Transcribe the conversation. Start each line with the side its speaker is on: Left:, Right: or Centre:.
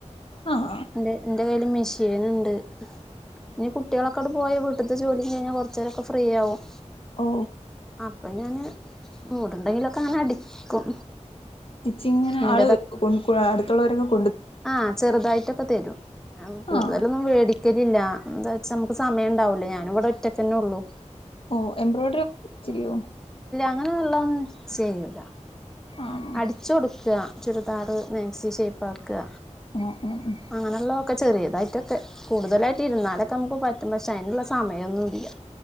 Left: ആ
Centre: ന്റെ എന്റെ കയ്ൽ മിഷീ ഷീന്ണ്ട്‌ ഇനി കുട്ടികളൊക്കെങ്ങട്ട് പോയ ടുത്ത ജോലിം കഴിഞ്ഞാ കൊർച്ചേരൊക്കെ ഫ്രീ ആവും
Left: ഓ ഓ
Centre: അപ്പൊ ഞാന് മൂട്ണ്ടെങ്കിലൊക്കെ അങ്ങനെ അടിക്കും
Left: റ്റിച്ചിങ്ങിന്
Centre: എന്റത്
Left: ആള് കൊ <unintelligible>
Centre: ആഹ് ചെറുതായിട്ട് ക്കെ തരും ഞ കൂടുതലൊന്നും
Left: ആ
Centre: വേടിക്ക ക്കലില്ല എന്താ വെച്ചാ നമുക്ക് സമയം ഉണ്ടാവൂലേ ഞാനിവിടെ ഒറ്റക്കെന്നുള്ളൂ
Left: ഓ എംബ്രോയ്ഡറി ചെയോ
Centre: അങ്ങനയെയുള്ളത് ഒന്നും ചെയ്ല്ല
Left: ആണോ
Centre: അടിച്ചു കൊടുക്ക ചുരിദാർ മാക്സി ഷേപ്പാ ക
Left: ഓ ഓ ഓ.
Centre: അകനെയുള്ള ക്കെ ചെറിയതായിട്ടൊക്കെ കൂടുതലായിട്ട് ഇരുന്നാലൊക്കെ നമുക്ക് പറ്റും പക്ഷെ അതിനുള്ള സമയമൊന്നും ഇല്ല